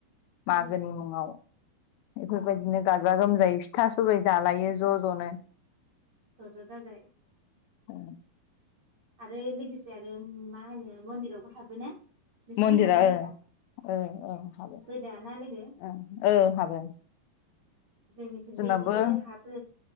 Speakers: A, on the left; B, on the right.
A: मागोनि
B: औ
A: मुङाव बेफोरबायदिनो
B: औ
A: गाजा-गोमजायै फिथा-सौराय जालायो ज' ज'नो
B: ज'ज' जाजाय
A: औ
B: आरो लोगोसे आरो मा होनो मनदिरावबो हाबोना नोंसिनिथिं
A: मनदिरा
B: हाबोना
A: ओ
B: हाबा
A: ओ ओ हाबो
B: दा ना लोगो
A: ओ ओहाबो
B: जोंनिथिंबो
A: जोंनाबो
B: बिदिनो हाबो